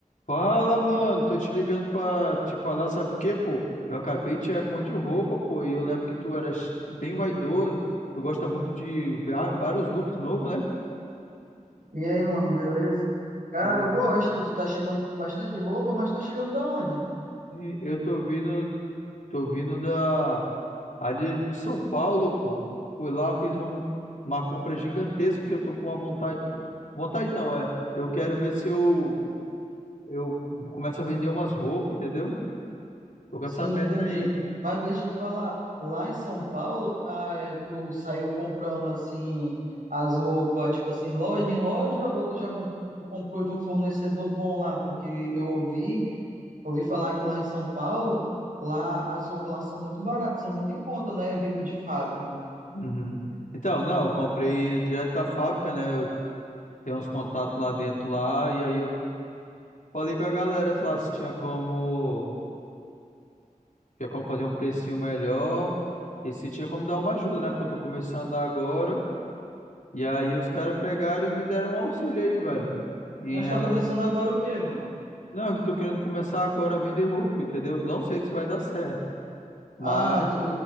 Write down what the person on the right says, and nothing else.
E aí, mano, beleza? Cara,
eu gosto. Tu tá chegando com bastante roupa, mas tá chegando da onde?
Sim,
entendi.
Mas deixa eu te falar, lá em São Paulo, ah, é, tu saiu comprando assim as roupas, tipo assim, loja em loja, ou tu já com- comprou de um fornecedor bom lá? Porque eu ouvi, ouvi falar que lá em São Paulo, lá as roupas lá são muito baratas, são muito em conta, né? Vindo de fábrica.
Mas
tá começando agora o quê, mano?
Ah, tu